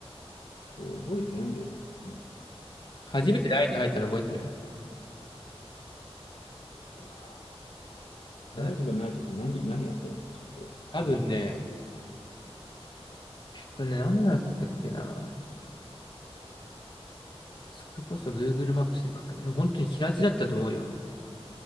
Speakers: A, on the left; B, on the left.
A: で俺覚えてないんだよね。うん、
B: 初めてライズ入ったの覚えてる
A: マジで。いやー
B: はい。
A: 大豆がない時何、何あったのそこ。
B: 多分ね、
A: あの辺り全部。
B: それね、何だったっけな。それこそ Google マップスで確認、でも本当に平地だったと思うよ。